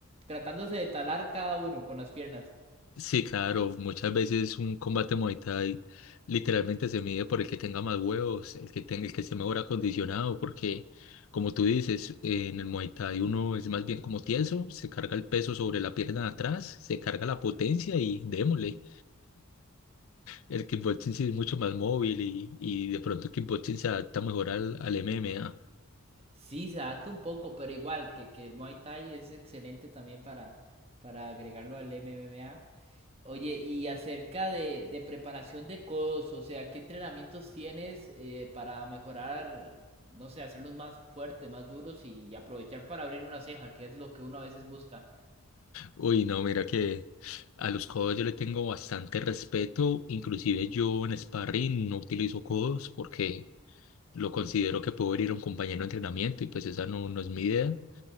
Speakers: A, on the right; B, on the left.
A: tratándose de talar cada uno con las piernas.
B: Sí, claro, muchas veces un combate Muay Thai literalmente se mide por el que tenga más huevos, el que tenga, el que esté mejor acondicionado, porque como tú dices, en el Muay Thai uno es más bien como tieso, se carga el peso sobre la pierna de atrás, se carga la potencia y démosle. El kickboxing sí es mucho más móvil y, y de pronto el kickboxing se adapta mejor al, al MMA.
A: Sí, se adapta un poco, pero igual que que el Muay Thai es excelente también para para agregarlo al MMA. Oye, y acerca de, de preparación de codos, o sea, ¿qué entrenamientos tienes eh, para mejorar, no sé, hacerlos más fuertes, más duros y aprovechar para abrir una ceja, que es lo que uno a veces busca?
B: Uy, no, mira que a los codos yo le tengo bastante respeto. Inclusive yo en sparring no utilizo codos porque lo considero que puedo herir a un compañero de entrenamiento y pues esa no, no es mi idea.